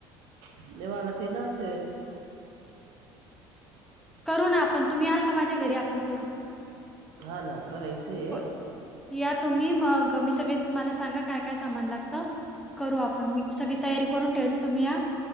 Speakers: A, on the right (about 75°); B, in the centre.
A: सुनेवा ते ना अस
B: करू ना आपण तुम्ही आल का माझ्या घरी आपण करू
A: हा ना करायचे
B: ब या तुम्ही मग मी सगळे मला सांगा काय काय सामान लागत करू आपण मी सगळी तयारी करून ठेल तुम्ही या